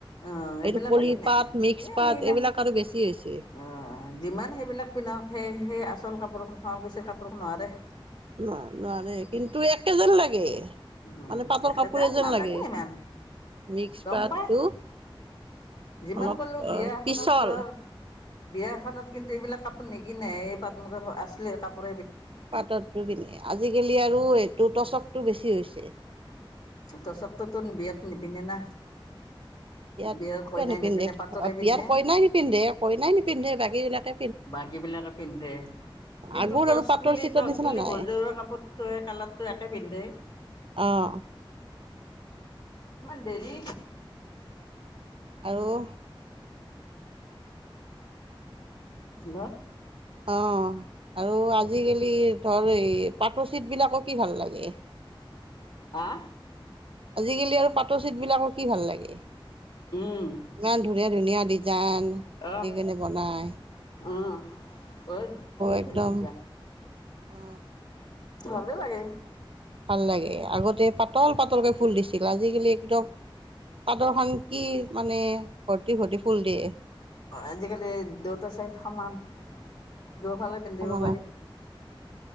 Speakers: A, on the left; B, on the right.
A: অহ সেইবিলাকে
B: এইটো পলি
A: পিন্ধে
B: পাট মিক্স
A: এ
B: পাট
A: হেই নে
B: এইবিলাক আৰু বেছি হৈছে
A: অ যিমান সেইবিলাক পিন্ধক সেই সেই আচল কাপোৰক শুৱালকুছি কাপোৰক নোৱাৰে
B: ন নোৱাৰে কিন্তু একে যেন লাগে
A: উম
B: মানে পাটৰ
A: একে
B: কাপোৰে
A: জেন
B: যেন
A: নালাগে
B: লাগে
A: ইমান
B: মিক্স
A: গম
B: পাটটো
A: পাই যিমান
B: অলপ
A: কলো বিয়া এখনত
B: পিছল
A: ধৰ বিয়া এখনত কিন্তু এইবিলাক কাপোৰ নিকিনে এই পাটৰ কাপোৰ আছিলে কাপোৰ
B: পাটটো নিপিনে আজিকালি আৰু এইটো টচকটো বেছি হৈছে
A: টচকটো তোৰ বিয়াত নিপিন্ধে না
B: বিয়াত
A: বিয়াৰ কইনাই
B: কিয় নিপিন্ধে
A: পাটৰে
B: অ
A: পিন্ধে
B: বিয়াত কইনাই নিপিন্ধে কইনাই নিপিন্ধে বাকী বিলাকে
A: বাকী বিলাকে পিন্ধে কিন্তু
B: আগৰ
A: টৰ্চ
B: আৰু পাটৰ
A: বুলি
B: চিটৰ
A: টৰ্চ
B: নিচিনা
A: বুলি
B: নাই
A: ভজৰুৱা কাপোৰতো সেই কালাৰটো একে পিন্ধে
B: অহ
A: <inaudible> ইমান লেজী
B: আৰু
A: হেল্ল'
B: অ আৰু আজিকালি ধৰ এই পাটৰ চিট বিলাকো কি ভাল লাগে
A: হা
B: আজিকালি আৰু পাটৰ চিট বিলাকো কি ভাল লাগে ইমান
A: উম
B: ধুনীয়া ধুনীয়া ডিজাইন
A: অহ
B: দি কেণে বনায়
A: অ বৰ ধুনীয়া
B: একদম
A: ধুনীয়া দিয়া
B: অ
A: ভালেই লাগে
B: ভাল লাগে আগতে পাতল পাতলকে ফুল দিছিল আজিকালি একদম পাতৰ খন কি মানে ভৰ্তি ভৰ্তি ফুল দিয়ে।
A: আজিকালি দত চাই সমান দূৰত ফালে পিন্ধিব
B: সমানে
A: পাৰি।